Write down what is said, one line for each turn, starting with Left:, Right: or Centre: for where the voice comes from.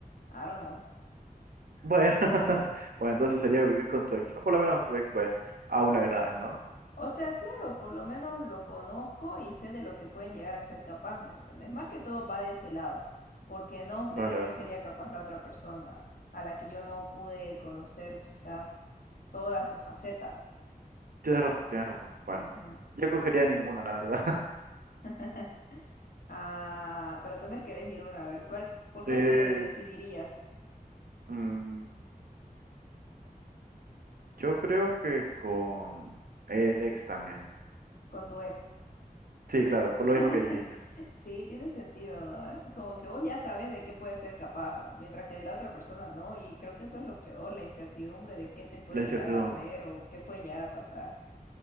Left: I don't know.
Right: Bueno, <laughs> bueno, entonces sería vivir con tu ex. O por lo menos a tu ex, pues, aún le agradas, ¿no?
Left: O sea, claro, por lo menos lo conozco y sé de lo que puede llegar a ser capaz, ¿me entendés? Más que todo va de ese lado, porque no sé
Right: Vale,
Left: de qué
Right: vale.
Left: sería capaz la otra persona a la que yo no pude conocer quizás toda su faceta.
Right: Tienes razón, tienes razón. Bueno,
Left: Ujú.
Right: yo cogería ninguna, la verdad. <laughs>
Left: <laughs> Ah, pero tenés que elegir una, a ver, ¿cuál, por
Right: Eh,
Left: cuál te decidirías
Right: mm, yo creo que con el ex también.
Left: con tu ex?
Right: Sí, claro, por
Left: <laughs>
Right: lo mismo que dijiste.
Left: Sí, tiene sentido, ¿no? ¿Eh? Como que vos ya sabes de qué puedes ser capaz, mientras que de la otra persona no, y creo que eso es lo peor, la incertidumbre de qué te puede
Right: La incertidumbre.
Left: llegar a hacer o qué puede llegar a pasar.